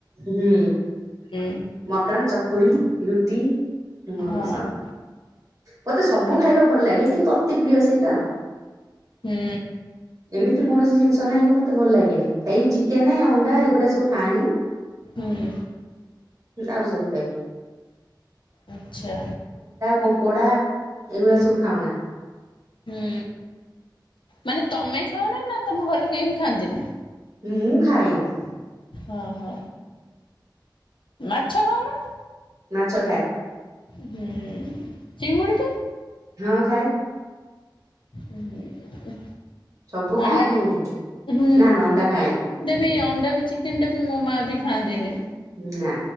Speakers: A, on the right; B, on the left.
A: ହୁଁ
B: ହୁଁ
A: ମଟନ୍, ଚକୁ ଚକୁଳି, ରୁଟି ମୋର
B: ହଁ
A: ପସନ୍ଦ। ମୋତେ ସବୁ ଖାଇବା ଭଲ ଲାଗେ। କିନ୍ତୁ, ଅତି ପ୍ରିୟ ସେଇଟା ଆଉ।
B: ହୁଁ
A: ଏମିତି କୌଣସି ଜିନିଷ ନାହିଁ କି, ମତେ ଭଲ ଲାଗେନି। ଏଇ ଚିକେନ, ଅଣ୍ଡା, ଏଗୁଡା ସବୁ ଖାଏନୁ।
B: ହୁଁ
A: ଆଉ ସବୁ ଖାଇବୁ।
B: ଆଚ୍ଛା।
A: କଙ୍କଡ଼ା, ଏଇଗୁଡା
B: ହୁଁ
A: ସବୁ ଖାଉନା।
B: ହୁଁ, ମାନେ ତମେ ଖାଅ ନା ତମ ଘରେ କେହି ବି ଖାଆନ୍ତିନି?
A: ମୁଁ ଖାଏନି।
B: ଓ ହୋ। ମାଛ ଖାଉନ?
A: ମାଛ ଖାଏ।
B: ହୁଁ ଚିଙ୍ଗୁଡ଼ି ଟା?
A: ହଁ, ଖାଏ।
B: ଉଁ ହୁଁ ଉଁ।
A: ସବୁ ଖାଏ
B: ଅଣ୍ଡା
A: କି
B: ହୁଁ,
A: ନା ନା ଅଣ୍ଡା ଖାଏନି
B: ମୋତେ ବି ଚିକେନ ଟା ବି ମୋ ମା ବି ଖାଆନ୍ତିନି।
A: ହୁଁ, ନା